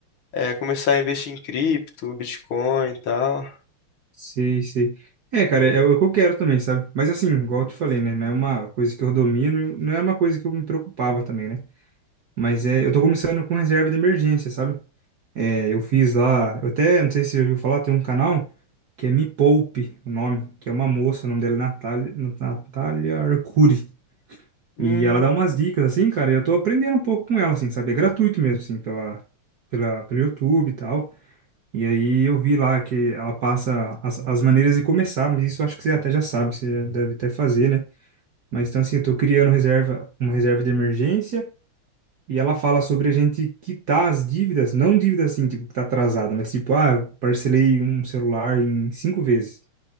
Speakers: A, on the left; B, on the right.
A: É, começar a investir em cripto, Bitcoin e tal.
B: sei, sei. É, cara, é o que eu quero também, sabe? Mas assim, igual eu te falei, né? Não é uma coisa que eu domino, não é uma coisa que eu me preocupava também, né? Mas é, eu tô começando com reserva de emergência, sabe? É, eu fiz lá, eu até, não sei se você já ouviu falar, tem um canal que é Me Poupe, o nome, que é uma moça, o nome dela é Natália, Natália Arcuri.
A: Hum,
B: E ela dá umas dicas, assim, cara, e eu tô aprendendo um pouco com ela, assim, sabe? É gratuito mesmo, assim, pela, pela, pelo YouTube e tal. E aí eu vi lá que ela passa as, as maneiras de começar, mas isso eu acho que você até já sabe, você deve até fazer, né? Mas então, assim, eu tô criando reserva, uma reserva de emergência, e ela fala sobre a gente quitar as dívidas, não dívidas assim, tipo, que tá atrasada, mas tipo, ah, eu parcelei um celular em cinco vezes.